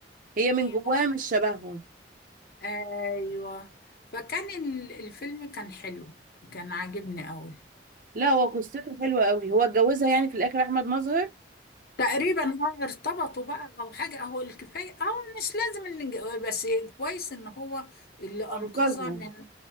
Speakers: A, on the right; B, on the left.
A: هي من
B: ايوه
A: جواها مش شبههم
B: ايوه فكان ال- الفيلم كان حلو كان عاجبني قوي
A: لا هو قصته حلوه قوي هو اتجوزها يعني في الاخر احمد مظهر
B: تقريبا اه ارتبطوا بقى او حاجه هو الكفايه اه مش لازم ان نج- بس كويس ان هو اللي
A: انقذها
B: انقذها من